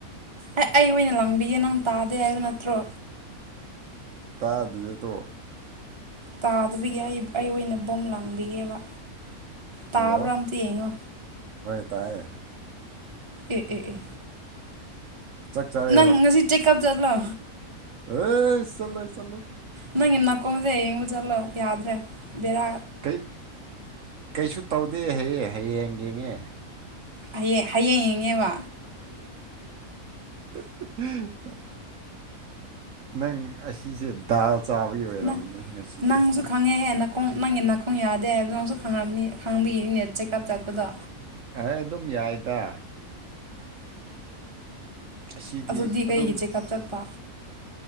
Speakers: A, on the right; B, on the right.
A: ꯑꯦ ꯑꯩ ꯑꯣꯏꯅ ꯂꯪꯕꯤꯒꯦ ꯅꯪ ꯇꯥꯗꯦ ꯍꯥꯏꯕ ꯅꯠꯇ꯭ꯔꯣ
B: ꯇꯥꯗꯌꯦꯠꯇꯣ
A: ꯇꯥꯗꯕꯤꯒꯤ ꯑꯩ ꯑꯩ ꯑꯣꯏꯅ ꯕꯣꯝ ꯂꯥꯡꯕꯤꯒꯦꯕ ꯇꯥꯕ꯭ꯔꯥ
B: ꯍꯜꯂꯣ
A: ꯑꯝꯇ ꯌꯦꯡꯉꯣ
B: ꯍꯣꯏ ꯇꯥꯏꯌꯦ
A: ꯑꯦ ꯑꯦ ꯑꯦ
B: ꯆꯥꯛ ꯆꯥꯔꯦ
A: ꯅꯪ ꯉꯁꯤ ꯆꯦꯛꯑꯞ ꯆꯠꯂꯣ
B: ꯍ ꯆꯜ ꯆꯠꯂꯣꯏ
A: ꯅꯪꯒꯤ ꯅꯥꯀꯣꯡꯁꯦ ꯌꯦꯡꯕ ꯆꯠꯂꯣ ꯌꯥꯗ꯭ꯔꯦ ꯕꯦꯔꯥ
B: ꯀꯩ ꯀꯩꯁꯨ ꯇꯧꯗꯦ ꯍꯌꯦ ꯍꯌꯦꯡ ꯌꯦꯡꯉꯦ
A: ꯍꯌꯦꯡ ꯍꯌꯦꯡ ꯌꯦꯡꯉꯦꯕ
B: <unintelligible> ꯅꯪ ꯑꯁꯤꯁꯦ ꯗꯥꯜ ꯆꯥꯕꯒꯤ ꯑꯣꯏꯔꯝꯝꯕꯅꯦ
A: ꯅꯪ
B: ꯉꯁꯤꯁꯦ
A: ꯅꯪꯁꯨ ꯈꯪꯉꯦꯍꯦ ꯅꯥꯀꯣꯡ ꯅꯪꯒꯤ ꯅꯥꯀꯣꯡ ꯌꯥꯗꯦ ꯍꯥꯏꯕꯗꯅꯪꯁꯨ ꯈꯪꯉꯅꯤ ꯈꯪꯕꯤꯒꯅꯤꯅꯦꯠ ꯆꯦꯛꯀꯞ ꯆꯠꯄꯗꯣ
B: ꯑꯩ ꯑꯗꯨꯝ ꯌꯥꯏꯗ ꯑꯁꯤꯗꯤ
A: ꯑꯗꯨꯗꯤ
B: ꯑꯗꯨꯝ
A: ꯀꯩꯒꯤ ꯆꯦꯛꯑꯞ ꯆꯠꯄ